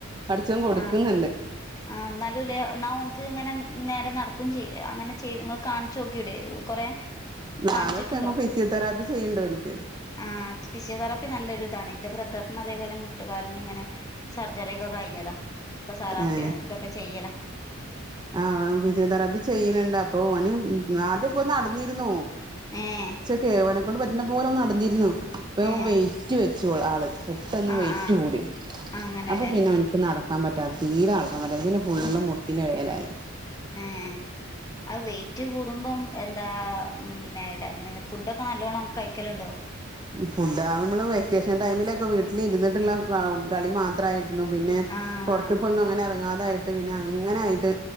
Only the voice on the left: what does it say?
ആഹ് ആഹ് എന്നാലുംല്ലേ എന്നാ ഓൻക്ക് ഇങ്ങനെ നേരെ നട് ക്കും ചെയ്യാ അങ്ങനെ ചെയ്ത്ങ്ങക്ക് കാണിച്ചോക്യൂടെ കൊറെ
കാണിച്ചിട്ടുണ്ടോ
ആഹ് ഫിസിയോതെറാപ്പി നല്ലൊരു ഇതാണെ ന്റെ ബ്രദർ ന്നഅതേപോലെ മുട്ടുകാലിന് ഇങ്ങനെ സർജറി ഒക്കെ കഴിഞ്ഞതാ ഇപ്പൊ സാറാപ്പി-
ഇതൊക്കെ ചെയ്യലാ
ഏഹ്
ഏഹ്
ആഹ്
ആഹ്
അങ്ങനെല്ലേ
ഏഹ് അഅ് വെയ് റ്റ് കൂടുമ്പം എന്താ മ് ന്നെടെ ഇങ്ങനെ ഫുഡൊക്കെ നല്ലോണ്ണം കഴിക്കല്ണ്ടോ
ആഹ്